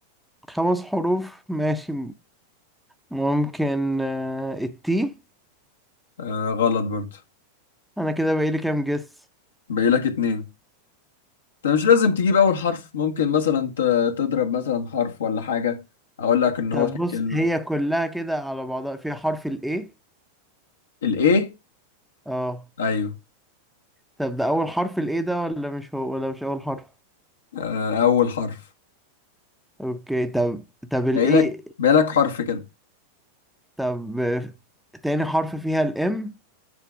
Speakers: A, in the centre; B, on the left.
A: خمس حروف ماشي ممكن آه، التي
B: آه غلط برضه
A: انا كده بقالي كام جس
B: باقي لك اتنين انت مش لازم تجيب اول حرف ممكن مثلا ت- تضرب مثلا حرف ولا حاجة اقول لك ان
A: طب
B: هو في
A: بص
B: الكلمة
A: هي كلها كده على بعضها فيها حرف الاي
B: الايه
A: اه
B: ايوه
A: طب ده اول حرف الاي ده ولا مش هو ولا مش اول حرف
B: آه اول حرف
A: اوكي طب طب الاي
B: باقي لك باقي لك حرف كده
A: طب آه، تاني حرف فيها الام